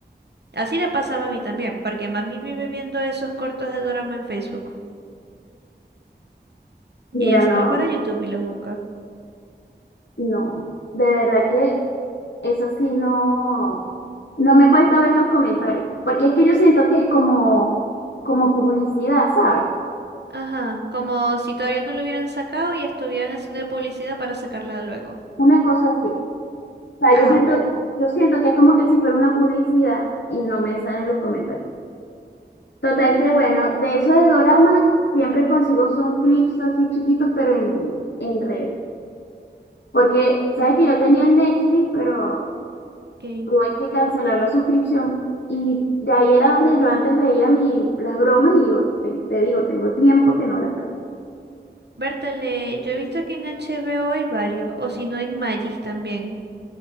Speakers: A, on the right; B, on the left.
A: Así le pasa a mami también, porque mami vive viendo esos cortos de dorama en Facebook y
B: Mira,
A: ella se
B: no,
A: va para YouTube y los busca.
B: no, de verdad que eso sí no, no me he puesto a ver los comentarios, porque es que yo siento que es como, como publicidad, ¿sabes?
A: Ajá, como si todavía no lo hubieran sacado y estuvieran haciendo publicidad para sacarla luego.
B: Una cosa así. O sea,
A: Ah,
B: yo siento,
A: bueno.
B: yo siento que es como que si fuera una publicidad y no me salen los comentarios. Total
A: Mm,
B: que bueno, de eso de dorama siempre consigo son clips así chiquitos, pero en, en redes. Porque, sabes
A: mm,
B: que yo tenía el Netflix, pero
A: ok.
B: tuve que cancelar la suscripción. Y de ahí era donde yo antes veía mi, las bromas y yo te, te digo, tengo tiempo que no las veo.
A: Bertale, yo he visto que en HBO hay varios, o si no en Magis también.